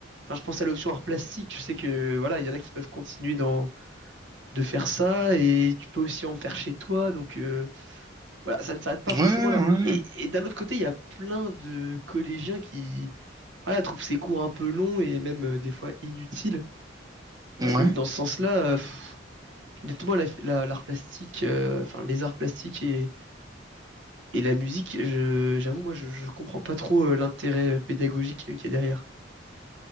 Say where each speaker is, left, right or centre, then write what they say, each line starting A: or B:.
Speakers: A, on the right; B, on the right.
A: Enfin, je pense à l'option art plastique. Je sais que, voilà, il y en a qui peuvent continuer dans... de faire ça. Et tu peux aussi en faire chez toi. Donc, euh, voilà, ça ne s'arrête pas
B: Ouais,
A: forcément là.
B: ouais.
A: Et, et d'un autre côté, il y a plein de collégiens qui, voilà, trouvent ces cours un peu longs et même euh, des fois inutiles.
B: Ouais.
A: Euh, donc, dans ce sens-là, euh, pff, Honnêtement, la- la- l'art plastique, euh, enfin les arts plastiques et, et la musique, je, j'avoue, moi, je, je comprends pas trop euh, l'intérêt euh, pédagogique euh, qu'il y a derrière.